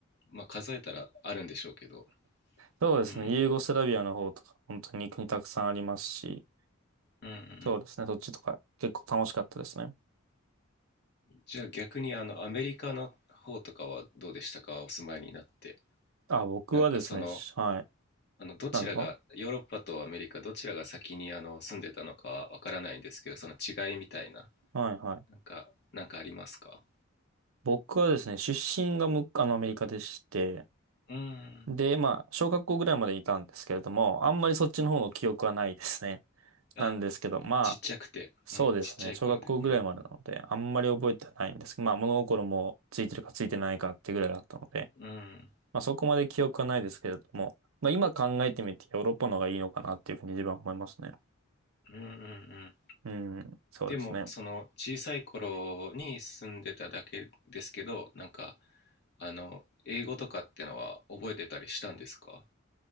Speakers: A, on the left (about 55°); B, on the right (about 85°).
A: まあ数えたらあるんでしょうけど
B: そうですね、
A: うん
B: ユーゴスラビアの方とか、本当に国たくさんありますし、
A: うんうん
B: そうですね、そっちとか結構楽しかったですね。
A: じゃあ逆にあのアメリカの方とかはどうでしたかお住まいになって
B: あ、僕はですね、
A: なんかその
B: しはい。
A: あのどちらがヨーロッパとアメリカどちらが先にあの住んでたのかはわからないんですけどその違いみたいな
B: なんですかはい、はい。
A: なんかなんかありますか
B: 僕はですね、出身がむ、あの、アメリカでして、
A: うーん
B: で、まあ、小学校ぐらいまでいたんですけれども、あんまりそっちの方の記憶はないですね。
A: あ
B: なんですけど、まあ、
A: ちっちゃくて、
B: そうですね。
A: うん、ちっちゃい頃で、
B: 小学校ぐらいまでなので、
A: うん、
B: あんまり覚えてないんですけど、まあ物心もついてるかついてないかってぐらいだったので、
A: うん
B: まあそこまで記憶はないですけれども、まあ今考えてみてヨーロッパの方がいいのかなっていうふうに自分は思いますね。
A: うんうんうん
B: うん、そうですね。
A: でもその小さい頃に住んでただけですけどなんかあの英語とかってのは覚えてたりしたんですか